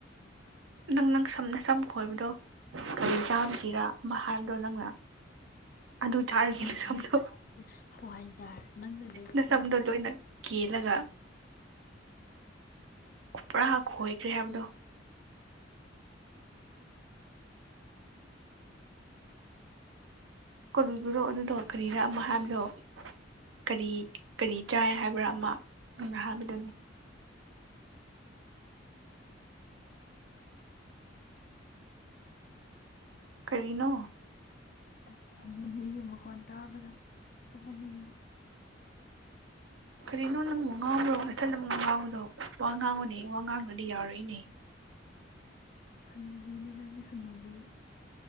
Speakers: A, on the right; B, on the left.
A: ꯅꯪ ꯅꯪ ꯁꯝꯅ ꯁꯝ ꯈꯣꯏꯕꯗꯣ ꯀꯔꯤ ꯆꯥꯕꯤꯒꯔ ꯑꯃ ꯍꯥꯏꯕꯗꯣ ꯅꯪꯅ ꯑꯗꯨ ꯆꯥꯔꯈꯤ
B: ꯍꯋꯥꯏꯖꯥꯔ
A: ꯅꯁꯝꯗꯣ
B: ꯌꯥꯝ ꯂꯥꯝꯃꯦ ꯍꯋꯥꯏꯖꯥꯔ ꯅꯪꯅ ꯂꯩꯔꯛꯄꯒꯤ
A: ꯅꯁꯝꯗꯣ
B: ꯍꯋꯥꯏ
A: ꯂꯣꯏꯅ ꯀꯦꯜꯂꯒ ꯄꯨꯔꯥ ꯈꯣꯏꯈ꯭ꯔꯦ ꯍꯥꯏꯕꯗꯣ ꯀꯧꯔꯨꯗ꯭ꯔꯣ ꯑꯗꯨꯗꯣ ꯀꯔꯤꯔꯥ ꯃꯥꯍꯥꯕꯗꯣ ꯀꯔꯤ ꯀꯔꯤ ꯆꯥꯏ ꯍꯥꯏꯕ꯭ꯔꯥ ꯑꯃ ꯍꯥꯏꯕꯗꯨꯅꯤ ꯀꯔꯤꯅꯣ
B: ꯑꯁ ꯍꯅꯨꯕꯤꯒꯤ ꯃꯈꯣꯟ ꯇꯥꯕꯗꯣ ꯑꯣꯟꯅꯤꯡꯉꯦ
A: ꯀꯔꯤꯅꯣ ꯅꯪꯕꯨ ꯉꯥꯡꯕ꯭ꯔꯣ ꯅꯊꯟ ꯅꯨ ꯉꯥꯡꯕꯗꯣ ꯋꯥ ꯉꯥꯡꯕꯅꯦ ꯋꯥ ꯉꯥꯡꯗꯔꯗꯤ ꯌꯥꯔꫭꯏꯅꯦ
B: ꯍꯅꯨꯕꯤꯅꯦ ꯅꯪꯅꯦ ꯍꯅꯨꯕꯤ